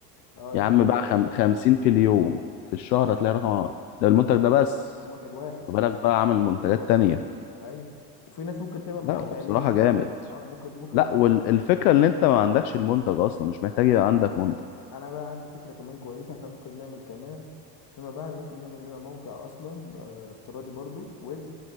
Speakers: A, on the left; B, on the left.
A: اه
B: يا
A: اضرب
B: عم باع
A: بقى
B: خم- 50 في اليوم في الشهر هتلاقي رقم ده
A: اه،
B: المنتج ده بس
A: منتج واحد
B: ما بالك بقى عامل منتجات تانية
A: ايوه وفي ناس ممكن تعمل مواقع
B: لا هو بصراحة
A: ليها يعني
B: جامد
A: اه ممكن ممكن
B: لا
A: احنا
B: والفكرة
A: مثلا
B: إن أنت ما عندكش المنتج أصلا مش محتاج يبقى عندك منتج
A: انا بقى عندي فكره كمان كويسه احنا ممكن نعمل كمان فيما بعد ممكن نعمل لنا موقع اصلا آه، افتراضي برضو ويب